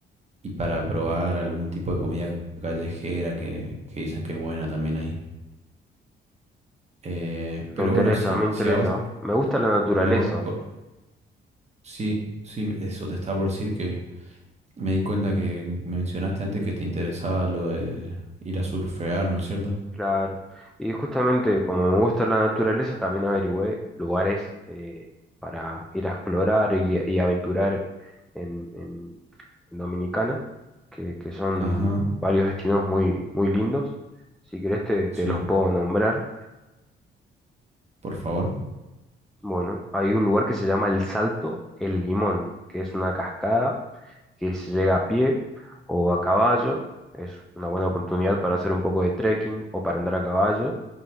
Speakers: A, on the right; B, in the centre.
A: y para probar algún tipo de comida callejera que, que dicen que es buena también ahí. Eh, pero
B: Me interesa,
A: bueno, si,
B: me interesa.
A: si a vos,
B: Me gusta la naturaleza,
A: si a vos por- sí, sí, eso te estaba por decir que me di cuenta que me mencionaste antes que te interesaba lo de ir a surfear, ¿no es cierto?
B: claro. Y justamente como me gusta la naturaleza, también averigüé lugares eh, para ir a explorar y, y aventurar en, en- en Dominicana, que, que son
A: Ajá,
B: varios destinos muy, muy lindos. Si querés te te
A: sí,
B: los puedo nombrar.
A: por favor,
B: Bueno, hay un lugar que se llama El Salto El Limón, que es una cascada que se llega a pie o a caballo. Es una buena oportunidad para hacer un poco de trekking o para andar a caballo